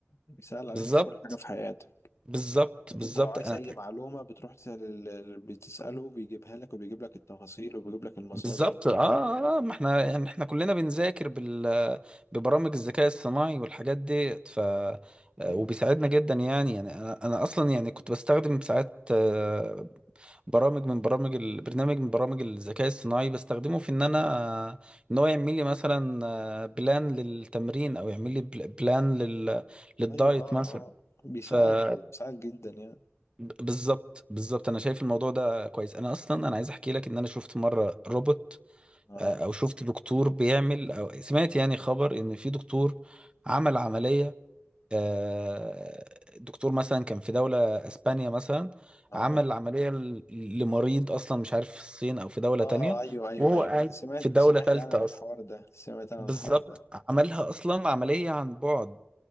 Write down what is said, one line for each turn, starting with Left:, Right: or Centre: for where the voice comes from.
Left: بيسهل عليك
Right: بالظبط
Left: في كل حاجة في حياتك
Right: بالظبط بالظبط
Left: أنت لو عايز
Right: انا
Left: أي معلومة بتروح تسأل ال- بتسأله بيجيبها لك وبيجيب لك التفاصيل وبيجيب لك المصادر
Right: بالظبط
Left: وبيجيب
Right: اه
Left: لك
Right: آه،
Left: كل
Right: آه، ما احنا يعني احنا كلنا بنذاكر بال ببرامج الذكاء الصناعي والحاجات ديت ف آه،
Left: أيوه
Right: وبيساعدنا جدا يعني يعني انا انا اصلا يعني كنت بستخدم ساعات آه، برامج من برامج ال- برنامج من برامج الذكاء الصناعي بستخدمه في ان انا آه، ان هو يعمل لي مثلا آه، بلان للتمرين او يعمل لي بل- بلان لل للدايت
Left: ايوه اه
Right: مثلا
Left: اه بيساعد
Right: ف مم.
Left: بيساعد جدا يعني
Right: ب- بالظبط بالظبط انا شايف الموضوع ده كويس انا اصلا انا عايز احكي لك ان انا شفت مره روبوت
Left: اه
Right: آه، او شفت دكتور بيعمل او سمعت يعني خبر ان في دكتور عمل عملية آه، دكتور مثلا كان في دولة اسبانيا مثلا
Left: اه
Right: عمل عملية ل- لمريض اصلا مش عارف في الصين او في دولة
Left: اه
Right: تانية
Left: ايوه ايوه
Right: وهو
Left: ايوه
Right: قاعد
Left: سمعت
Right: في دولة
Left: سمعت
Right: تالتة
Left: انا عن الحوار
Right: اصلا
Left: ده سمعت انا
Right: بالظبط
Left: عن الحوار ده
Right: عملها اصلا عملية عن بعد